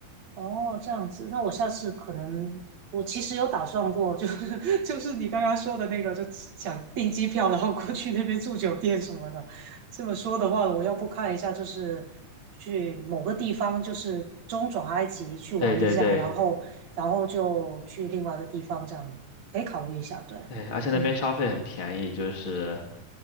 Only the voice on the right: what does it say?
哦，这样子，那我下次可能，我其实有打算过，就是 <laughs> 就是你刚刚说的那个，就想订机票，然后过去那边住酒店什么的。这么说的话，我要不看一下，就是去某个地方，就是中转埃及去玩一下，
然后然后就去另外一个地方，这样可以考虑一下。对，
嗯